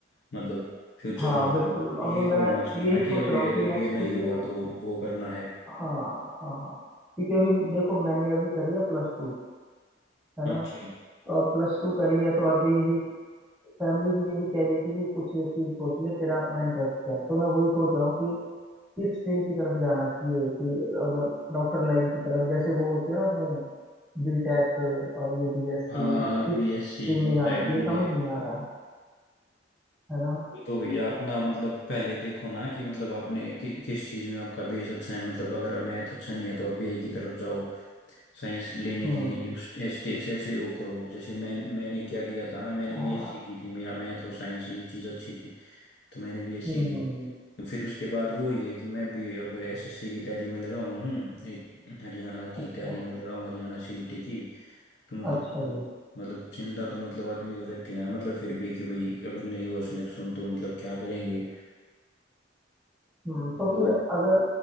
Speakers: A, on the left (about 65°); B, in the centre.
A: मतलब फ्यूचर
B: हाँ
A: मतलब
B: बिल्कुल
A: ये
B: अब
A: तो
B: मैं
A: होना चाहिए ना
B: यही
A: कि
B: सोच
A: अब
B: रहा
A: ये-
B: हूँ कि
A: अगर
B: नेक्स्ट
A: ये नहीं
B: क्योंकि
A: हुआ तो वो करना है
B: हाँ हाँ हाँ क्योंकि अभी देखो मैंने अभी करी है प्लस टू है ना
A: अच्छा
B: तो अब प्लस टू करी है तो आगे यही फैमिली भी यही कह रही थी भी कुछ एक चीज सोच ले तेरा अपना इंटरेस्ट क्या है तो मैं वही सोच रहा हूँ कि किस स्ट्रीम की तरफ जाना चाहिए कि अगर डॉक्टर लाइन की तरफ जैसे वो होती है ना उसमें बी टेक और ये बी एस सी
A: हाँ
B: किस
A: B
B: स्ट्रीम
A: S C B
B: में जाना
A: tech
B: चाहिए
A: B
B: समझ नहीं आ रहा है ना
A: ये तो भैया अपना मतलब पहले देखो ना कि मतलब आपने कि, किस चीज़ में आपका बेस अच्छा है मतलब अगर मैथ अच्छा नहीं है तो आप बीए की तरफ जाओ साइंस लेने
B: हम्म
A: के लिए यूज टेस्ट ऐसे वो करो जैसे मैं मैंने क्या किया था मैंने बीएससी
B: हाँ
A: की थी मेरा मैथ और साइंस ये चीज़ अच्छी थी तो मैंने बीएससी
B: हम्म
A: की
B: हम्म हम्म,
A: तो फिर उसके बाद वो ही है कि मैं भी अब एसएससी की तैयारी में लगा हुआ हूँ एक हरियाणा की
B: अच्छा
A: तैयारी में लगा हूँ हरियाणा सीईटी की तो मतलब
B: अच्छा जी
A: मतलब चिंता तो मतलब आदमी को रहती है मतलब फिर भी कि भाई अगर नहीं हुआ सिलेक्शन तो मतलब क्या करेंगे
B: हम्म तो
A: तो
B: फिर अगर